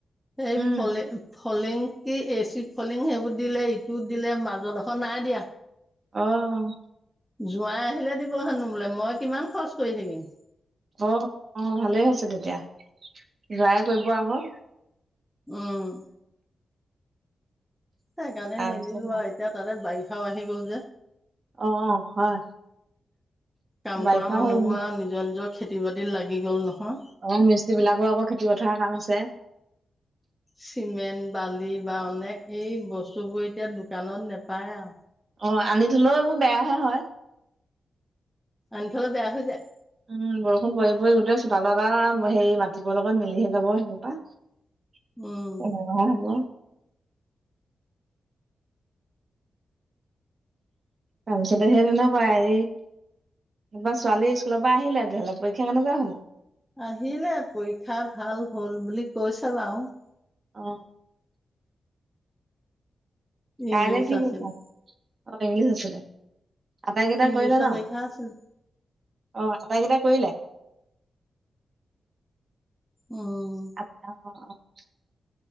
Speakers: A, in the centre; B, on the right.
A: এই
B: উম
A: ফলে। ফলেং কি এচিড ফলেং। দিলে ইটো দিলে মাজত। খন নাই দিয়া।
B: অহ',
A: জোৱাই আহিলে দিব হেনো বোলে মই কিমান খৰচ কৰি থাকিম।
B: অহ ',- অহ ', ভালেই হৈছে তেতিয়া জোৱাই কৰিব আকৌ।
A: উম। সেইকাৰণে
B: তাৰপিছত
A: নিদিলো আৰু এতিয়া তাতে বাৰি। কও আহি গ'ল যে।
B: অহ ', হয়
A: কাম
B: বাৰিষা
A: কৰা মানুহবোৰ
B: হল।
A: আৰু নিজৰ নিজৰ খেতি বাতিত লাগি গ'ল নহয়।
B: অহ ', মিস্ত্ৰী বিলাকো আকৌ খেতি পথাৰৰ কাম আছে।
A: চিমেণ্ট বালি বা অনেক এই বস্তুবোৰ এতিয়া দোকানত নেপায় আৰু।
B: অহ ', আনি থলেও এইবোৰ বেয়াহে হয়।
A: আনি থলে বেয়া হৈ যায়
B: উম, বৰষুণ পৰি - পৰি গোটেই চোতাল আ। সেই মাতিবৰ লগত মিলিহে যাব সেইপা। কেনেবা
A: উম।
B: হব। তাৰপিছতে সেই তেনেকুৱা এই ছোৱালী স্কুলৰ পৰা আহিলে তেতিয়াহলে পৰীক্ষা কেনেকুৱা হ'ল?
A: আহিলে পৰীক্ষা ভাল হ'ল বুলি কৈছে বাৰু।
B: অঁ। কাইলে
A: ইংলিছ
B: কি
A: আছিলে।
B: পৰীক্ষা। অঁ ইংলিছ আছিলে। আটাইকেইটাই
A: ইংলিছৰ
B: কৰিলে ন,
A: পৰীক্ষা আছিল
B: অঁ। আটাইকেইটা কৰিলে।
A: উম
B: <unintelligible>